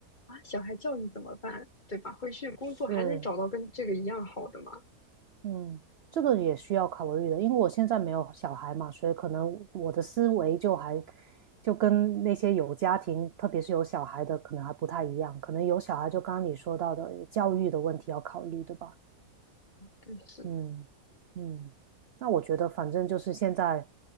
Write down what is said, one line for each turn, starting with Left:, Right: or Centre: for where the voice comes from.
Left: 啊小孩教育怎么办，对吧？回去工作还能找到跟这个一样好的吗？
Right: 是，嗯，这个也需要考虑的，因为我现在没有小孩嘛，所以可能我的思维就还就跟那些有家庭，特别是有小孩的，可能还不太一样。可能有小孩，就刚刚你说到的有教育的问题要考虑，对吧？
Left: 就是
Right: 嗯嗯，那我觉得反正就是现在